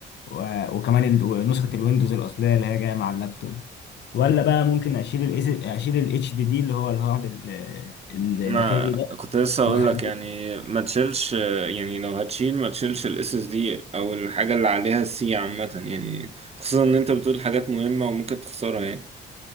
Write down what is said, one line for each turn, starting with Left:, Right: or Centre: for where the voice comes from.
Left: و- وكمان ال- نسخة الويندوز الأصلية اللي هي جاية مع اللابتوب ولا بقى ممكن أشيل ال أشيل ال HDD اللي هو الهارد ال-
Right: ما
Left: الداخلي ده
Right: كنت لسه اقول
Left: وأخليه-
Right: لك يعني ما تشيلش آه، يعني لو هتشيل ما تشيلش الاس اس دي او الحاجة اللي عليها السي عامة يعني خصوصا ان انت بتقول حاجات مهمة وممكن تخسرها يعني